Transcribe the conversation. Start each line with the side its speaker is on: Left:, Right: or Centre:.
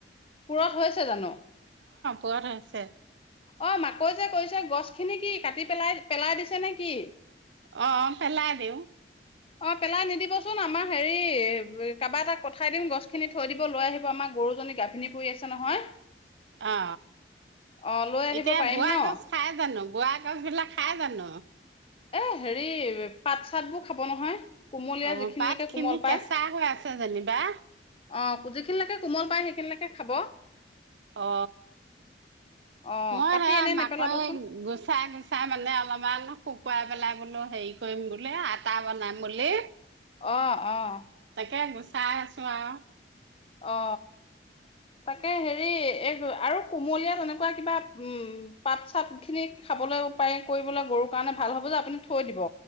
Left: পুৰঠ হৈছে জানো
Right: পুৰঠ হৈছে
Left: অ মাকৈ যে কৈছে গছ খিনি কি কাটি পেলাই পেলাই দিছে নে কি
Right: অ পেলাই দেওঁ
Left: অ পেলাই নিদিবচোন আমাৰ হেৰি কাৰোবাৰ এটাক পঠাই দিম গছ খিনি থৈ দিব লৈ আহিব আমাৰ গৰুজনী গাভিনী পৰি আছে নহয়
Right: অ
Left: অ লৈ আহিব
Right: এতিয়া
Left: পাৰিম
Right: বোৱাগছ
Left: ন
Right: খাই জানো বোৱা গছ বিলাক খাই জানো
Left: এ হেৰি পাত চাত বোৰ খাব নহয় কোমলীয়া
Right: অ',
Left: যিখিনিলৈকে
Right: পাত খিনি
Left: কোমল পায়
Right: কেঁচা হৈ আছে যেনিবা
Left: অ যিখিনিলৈকে কোমল পায় সেইখিনিলকে খাব
Right: অ
Left: অ
Right: মই
Left: কাটি
Right: সে
Left: এনে
Right: মাকৈ
Left: নেপেলাবচোন
Right: গুচাই গুচাই মানে অলপমান শুকুৱাই পেলাই বোলো হেৰি কৰিম বোলে আটা বনাম বুলি
Left: অহ অহ
Right: তে গুচাই আছো আৰু
Left: অ তাকে হেৰি এই আৰু কুমলীয়া তেনেকুৱা কিবা উম পাত চাত খিনি খাবলৈ পায় কৰিবলৈ গৰুৰ কাৰণে ভাল হব যে আপুনি থৈ দিব